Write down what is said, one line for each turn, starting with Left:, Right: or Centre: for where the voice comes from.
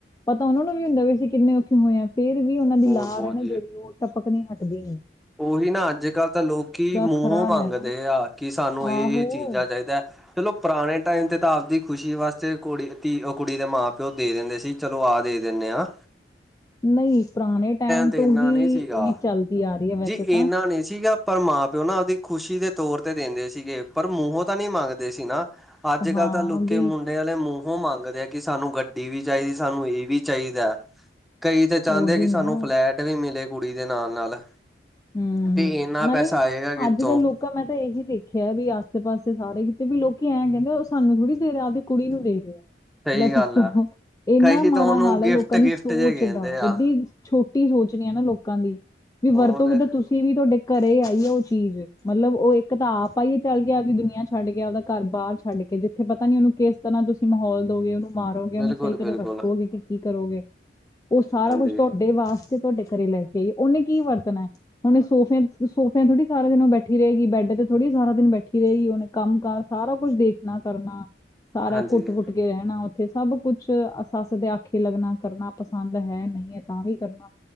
Left: ਪਤਾ ਉਹਨਾਂ ਨੂੰ ਵੀ ਹੁੰਦਾ ਵੀ ਅਸੀਂ ਕਿੰਨੇ ਔਖੇ ਹੋਏ ਹਾਂ ਫਿਰ ਵੀ ਉਹਨਾਂ ਦੀ
Centre: ਬਹੁਤ-ਬਹੁਤ
Left: ਲਾਰ ਹੈਨਾ
Centre: ਜੀ।
Left: ਉਹ ਟਪਕਨੀ ਹਟਦੀ ਨਹੀ
Centre: ਉਹੀ ਨਾ ਅੱਜ ਕੱਲ੍ਹ ਤਾਂ ਲੋਕੀ ਮੂੰਹੋਂ
Left: ਖਰਾ
Centre: ਮੰਗਦੇ
Left: ਲੈਣਾ ਹੈ।
Centre: ਆ ਕਿ ਸਾਨੂੰ
Left: ਆਹੋ
Centre: ਇਹ ਚੀਜ਼ ਆ ਚਾਹੀਦਾ। ਚਲੋ ਪੁਰਾਣੇ ਟਾਈਮ ਤੇ ਤਾਂ ਆਪਦੀ ਖੁਸ਼ੀ ਵਾਸਤੇ ਕੁੜੀ ਧੀ ਉਹ ਕੁੜੀ ਦੇ ਮਾਂ ਪਿਓ ਦੇ ਦਿੰਦੇ ਸੀ। ਚਲੋ ਆ ਦੇ ਦਿੰਦੇ ਹਾਂ
Left: ਨਹੀਂ ਪੁਰਾਣੇ ਟਾਈਮ
Centre: ਤੇ
Left: ਤੋਂ
Centre: ਇੰਨਾ
Left: ਹੀ
Centre: ਨਹੀਂ ਸੀਗਾ।
Left: ਇਹ ਚੱਲਦੀ ਆ ਰਹੀ ਹੈ ਵੈਸੇ
Centre: ਜੀ
Left: ਤਾਂ
Centre: ਇੰਨਾ ਨਹੀਂ ਸੀਗਾ, ਪਰ ਮਾਂ ਪਿਓ ਨਾ ਆਪਦੀ ਖੁਸ਼ੀ ਦੇ ਤੌਰ ਤੇ ਦਿੰਦੇ ਸੀਗੇ ਪਰ ਮੂੰਹੋਂ ਤਾਂ ਨਹੀ ਮੰਗਦੇ ਸੀਨਾ ਅੱਜ ਕੱਲ੍ਹ
Left: ਹਾਂ
Centre: ਤਾਂ ਲੋਕੀ
Left: ਵੀ
Centre: ਮੁੰਡ ਮੁੰਡੇ ਵਾਲੇ ਮੂੰਹੋਂ ਮੰਗਦੇ ਆ ਕਿ ਸਾਨੂੰ ਗੱਡੀ ਵੀ ਚਾਹੀਦੀ ਸਾਨੂੰ ਇਹ ਵੀ ਚਾਹੀਦਾ। ਕਈ ਤੇ ਚਾਹੁੰਦੇ
Left: ਉਹੀ
Centre: ਆ ਕਿ ਸਾਨੂੰ
Left: ਨਾ
Centre: ਫਲੈਟ ਵੀ ਮਿਲੇ ਕੁੜੀ ਦੇ ਨਾਲ ਨਾਲ
Left: ਹੂ ਹੂ
Centre: ਤੇ ਇੰਨਾ
Left: ਨਾਲੇ
Centre: ਪੈਸਾ ਆਏਗਾ ਕਿੱਥੋਂ
Left: ਅੱਜ ਕੱਲ੍ਹ ਲੋਕੀ ਮੈਂ ਤਾਂ ਇਹੀ ਦੇਖਿਆ ਵੀ ਆਸੇ ਪਾਸੇ ਸਾਰੇ ਕੀਤੇ ਵੀ ਲੋਕੀ ਐਂ ਕਹਿੰਦੇ, ਉਹ ਸਾਨੂੰ ਥੋੜ੍ਹੀ ਦੇ ਰਿਹਾ ਆਪਦੀ ਕੁੜੀ ਨੂੰ ਦੇ ਰਿਹੇ ਆ।
Centre: ਸਹੀ
Left: ਲੈ
Centre: ਗੱਲ
Left: ਦੱਸੋ
Centre: ਆ
Left: ਇੰਨਾ
Centre: ਕਈ
Left: ਮਾੜਾ
Centre: ਤਾਂ ਉਹਨੂੰ
Left: ਹਾਲ
Centre: ਗਿਫਟ
Left: ਹੈ ਲੋਕਾਂ ਦੀ
Centre: ਗਿਫਟ
Left: ਸੋਚ
Centre: ਜੇ ਕਹਿੰਦੇ
Left: ਦਾ
Centre: ਆ
Left: ਏਡੀ ਛੋਟੀ ਕੀ ਸੋਚ ਨੀ ਆ ਨਾ ਲੋਕਾਂ ਦੀ ਵੀ
Centre: ਹੋਰ
Left: ਵਰਤੋਗੇ ਤਾਂ ਤੁਸੀਂ ਵੀ ਤੁਹਾਡੇ ਘਰੇ ਆਈਏ ਉਹ ਚੀਜ਼ ਮਤਲਬ ਉਹ ਇੱਕ ਤਾਂ ਆਪ ਆਈਏ ਚੱਲ ਗਿਆ ਆਪਦੀ ਦੁਨੀਆਂ ਛੱਡ ਗਿਆ ਆਪਦਾ ਘਰ ਬਾਹਰ ਛੱਡ ਕੇ ਜਿੱਥੇ ਪਤਾ ਨੀ ਉਹਨੂੰ ਕਿਸ ਤਰ੍ਹਾਂ ਤੁਸੀ ਮਾਹੌਲ ਦੋਗੇ ਉਹਨੂੰ ਮਾਰੋਗੇ
Centre: ਬਿਲਕੁਲ
Left: ਉਹਨੂੰ ਸਹੀ ਤਰ੍ਹਾਂ
Centre: ਬਿਲਕੁਲ
Left: ਰੱਖੋਗੇ ਕਿ ਕੀ ਕਰੋਗੇ, ਉਹ
Centre: ਹਾਂਜੀ
Left: ਸਾਰਾ ਕੁਛ ਤੁਹਾਡੇ ਵਾਸਤੇ ਤੁਹਾਡੇ ਘਰੇ ਲੈ ਕੇ ਆਈਏ, ਉਹਨੇ ਕੀ ਵਰਤਣਾ ਹੁਣੇ ਸੋਫੇ ਸੋਫਿਆਂ ਥੋੜ੍ਹੀ ਸਾਰ ਦਿਨ ਬੈਠੀ ਰਹੇਗੀ, ਬੈਡ ਤੇ ਥੋੜ੍ਹੀ ਸਾਰਾ ਦਿਨ ਬੈਠੀ ਰਹੇਗੀ ਉਹਨੇ ਕੰਮ ਕਾ ਸਾਰਾ ਕੁਝ ਦੇਖਣਾ ਕਰਨਾ ਸਾਰਾ
Centre: ਹਾਂਜੀ
Left: ਘੁੱਟ ਘੁੱਟ ਘੁੱਟ ਕੇ ਅੱਗੇ ਰਹਿਣਾ ਉੱਥੇ ਸਭ ਕੁਛ ਸੱਸ ਦੇ ਆਖੇ ਲੱਗਣਾ ਕਰਨਾ ਪਸੰਦ ਹੈ ਨਹੀਂ ਹੈ ਤਾਂ ਵੀ ਕਰਨਾ